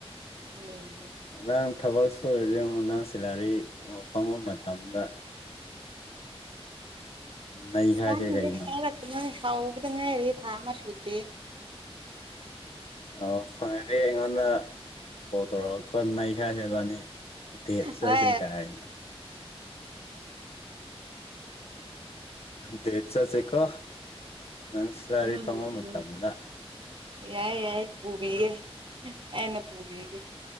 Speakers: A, on the right; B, on the left.
A: ꯎꯝ
B: ꯅꯪ ꯊꯕꯛ ꯁꯨꯔ <inaudible> ꯅꯪ ꯁꯦꯂꯥꯔꯤ ꯐꯪꯕ ꯃꯇꯝꯗ ꯅꯩꯈꯥꯏꯁꯦ
A: ꯇꯅꯤꯡꯗꯦ
B: ꯀꯩꯅꯣ
A: ꯌꯥꯔꯅ ꯊꯥꯎꯕꯗ ꯉꯥꯏꯔꯤ ꯊꯥ ꯃꯁꯨꯨꯗꯦ
B: ꯑ ꯐꯪꯉ꯭ꯔꯦ ꯑꯩꯉꯣꯟꯗ ꯄ ꯇꯧꯔꯛꯒ ꯈꯣꯅ ꯑꯩꯈꯁꯦꯕꯅꯤ ꯗꯦꯠ ꯆꯁꯦ
A: ꯍꯣꯏ
B: ꯀꯥꯏꯅ ꯗꯦꯆꯁꯦ ꯀꯣ ꯅꯪ ꯁꯤꯂꯔꯤ
A: ꯎꯝ
B: ꯐꯪꯉꯕ
A: ꯎꯝ
B: ꯃꯇꯝꯗ
A: ꯌꯥꯏ ꯌꯥꯏ ꯄꯨꯕꯤꯒꯦ ꯑꯩꯅ ꯄꯨꯕꯤꯒꯦ